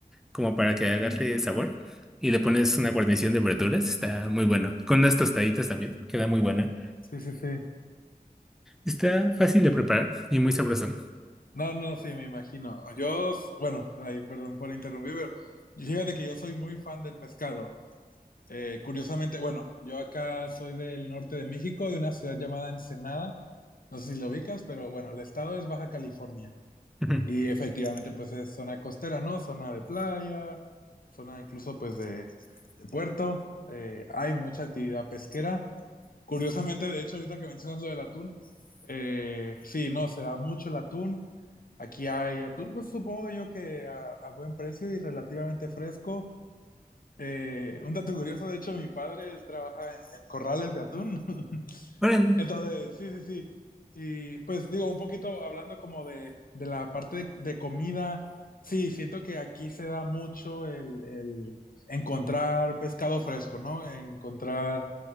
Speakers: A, in the centre; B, on the left.
A: como para que agarre sabor, y le pones una guarnición de verduras, está muy bueno. Con unas tostaditas también, queda muy buena.
B: Sí, sí, sí.
A: Está fácil de preparar y muy sabroso.
B: No, no, sí, me imagino. Yo, s- bueno, ahí, perdón por interrumpir, pero yo- fíjate que yo soy muy fan del pescado. Eh, curiosamente, bueno, yo acá soy del norte de México, de una ciudad llamada Ensenada. No sé si lo ubicas, pero bueno, el estado es Baja California.
A: Ujú.
B: Y efectivamente, pues es zona costera, ¿no? Zona de playa, zona incluso pues de, de puerto. Eh, hay mucha actividad pesquera. Curiosamente, de hecho, ahorita que mencionas lo del atún, eh, sí, no, se da mucho el atún. Aquí hay atún, pues supongo yo que a, a buen precio y relativamente fresco. Eh, un dato curioso, de hecho, mi padre, él trabaja en, en corrales de atún. <laughs>
A: Órale.
B: Entonces, sí, sí, sí. Y pues digo, un poquito hablando como de, de la parte de, de comida, sí, siento que aquí se da mucho el, el encontrar pescado fresco, ¿no? Encontrar,